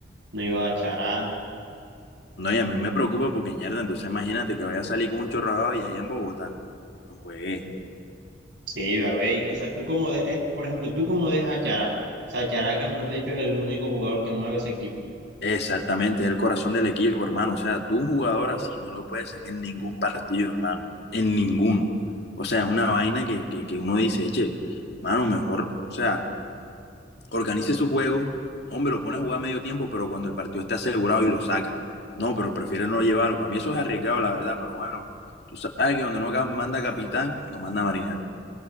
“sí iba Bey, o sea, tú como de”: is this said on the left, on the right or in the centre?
Right